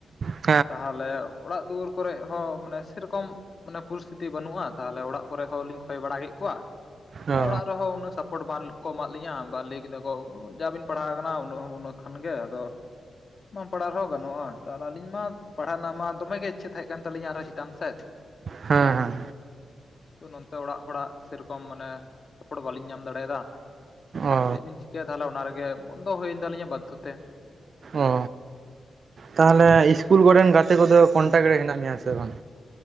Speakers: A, on the right (about 60°); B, on the left (about 45°).
A: ᱦᱩᱸ᱾
B: ᱛᱟᱦᱚᱞᱮ ᱚᱲᱟᱜ ᱫᱩᱣᱟᱹᱨ ᱠᱚᱨᱮ ᱦᱚᱸ ᱢᱟᱱᱮ ᱥᱮᱨᱚᱠᱚᱢ ᱢᱟᱱᱮ ᱯᱚᱨᱤᱥᱛᱷᱤᱛᱤ ᱵᱟᱹᱱᱩᱜᱼᱟ ᱛᱟᱦᱚᱞᱮ ᱚᱲᱟᱜ ᱠᱚᱨᱮ ᱦᱚᱸ ᱞᱤᱧ ᱠᱷᱚᱭ ᱵᱟᱲᱟ ᱠᱮᱫ ᱠᱚᱣᱟ,
A: ᱦᱮᱸ ᱦᱮᱸ ᱚ
B: ᱮ ᱚᱲᱟᱜ ᱨᱮᱦᱚᱸ ᱩᱱᱟᱹᱜ ᱥᱟᱯ ᱯᱚᱴ ᱵᱟᱱ ᱠᱚ ᱮᱢᱟᱜ ᱞᱤᱧᱟᱹ ᱵᱟᱝ ᱞᱮᱭ ᱠᱮᱫᱟ ᱠᱚ ᱡᱟ ᱵᱤᱱ ᱯᱟᱲᱦᱟᱣ ᱟᱠᱟᱱᱟ ᱩᱱᱟᱹᱜ ᱦᱚᱸ ᱩᱱᱟᱹᱜ ᱠᱷᱟᱱ ᱜᱮ ᱟᱫᱚ ᱵᱟᱢ ᱯᱟᱲᱦᱟᱣ ᱨᱮᱦᱚᱸ ᱜᱟᱱᱚᱜᱼᱟ, ᱛᱟᱦᱚᱞᱮ ᱟᱹᱞᱤᱧ ᱢᱟ ᱯᱟᱲᱦᱟᱜ ᱨᱮᱱᱟᱜ ᱢᱟ ᱫᱚᱢᱮ ᱜᱮ ᱤᱪᱪᱷᱟᱹ ᱛᱟᱦᱮᱸᱜ ᱠᱟᱱ ᱛᱟᱹᱟᱞᱤᱧᱟ ᱟᱨᱦᱚᱸ ᱪᱮᱛᱟᱱ ᱥᱮᱫ᱾
A: ᱦᱮᱸ ᱦᱮᱸ᱾
B: ᱛᱚ ᱱᱚᱱᱛᱮ ᱚᱲᱟᱜ ᱦᱚᱲᱟᱜ ᱥᱮᱨᱚᱠᱚᱢ ᱢᱟᱱᱮ ᱥᱟᱯᱳᱨᱴ ᱵᱟᱞᱤᱧ ᱧᱟᱢ ᱫᱟᱲᱮᱭᱟᱫᱟ᱾
A: ᱚ
B: ᱪᱮᱫ ᱵᱤᱱ ᱪᱤᱠᱟᱹᱭᱟ ᱛᱟᱦᱚᱞᱮ ᱚᱱᱟ ᱨᱮᱜᱮ ᱵᱚᱱᱫᱚ ᱦᱩᱭᱮᱱ ᱛᱟᱞᱤᱧᱟ ᱵᱟᱫᱽᱫᱷᱚ ᱛᱮ᱾
A: ᱚ, ᱛᱟᱦᱚᱞᱮ ᱤᱥᱠᱩᱞ ᱠᱚᱨᱮᱱ ᱜᱟᱛᱮ ᱠᱚᱫᱚ ᱠᱚᱱᱴᱟᱠ ᱨᱮ ᱦᱮᱱᱟᱜ ᱢᱮᱭᱟ ᱥᱮ ᱵᱟᱝ?